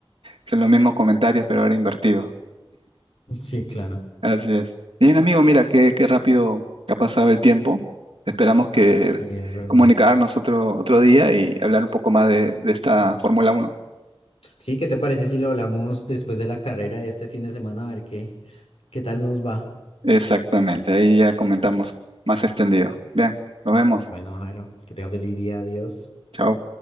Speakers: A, on the right (about 70°); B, on the left (about 85°).
A: Son los mismos comentarios, pero ahora invertidos.
B: Sí, claro.
A: Así es. Bien, amigo, mira qué, qué rápido que ha pasado el tiempo. Esperamos que
B: Sí, es verdad.
A: comunicarnos otro, otro día y hablar un poco más de, de esta Fórmula Uno.
B: Sí, ¿qué te parece si lo hablamos después de la carrera de este fin de semana? A ver qué, qué tal nos va.
A: Exactamente, ahí ya comentamos más extendido. Bien, nos vemos.
B: Bueno, Jairo, que tenga feliz día. Adiós.
A: Chao.